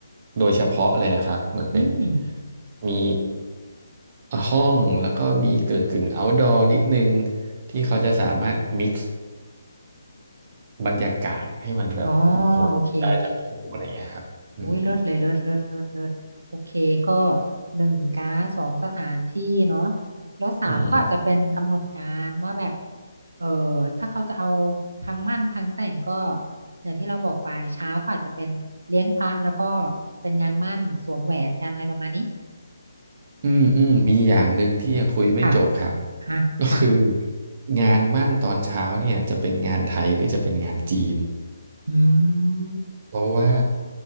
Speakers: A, on the right; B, on the right.
A: โดยเฉพาะเลยอะครับเหมือนเป็น
B: อืม
A: มีห้องแล้วก็มีกึ่งกึ่ง outdoor นิดนึงที่เขาจะสามารถ mix บรรยากาศให้มันแบบโอ้โหได้ทั้งคู่อะไรเงี้ยครับอืม
B: อ๋อโอเคอุ้ยเลิศเลยเลิศเลิศเลิศเลิศโอเคก็หนึ่งก๊าซสองสถานที่เนาะแล้วสามก็อาจจะเป็นกำหนดการว่าแบบ
A: อืม
B: เออถ้าเขาจะเอาทั้งมั่นทั้งแต่งก็อย่างที่เราบอกไปเช้าก็อาจจะเป็นเลี้ยงพระแล้วก็เป็นงานมั่นสวมแหวนกันอะไรประมาณนี้
A: อืมอืมมีอย่างหนึ่งที่ยังคุยไม่จบครับ
B: ค่ะอ่ะค่ะ
A: <laughs> ก็คืองานมั่นตอนเช้าเนี่ยจะเป็นงานไทยหรือจะเป็นงานจีน
B: อืม
A: เพราะว่า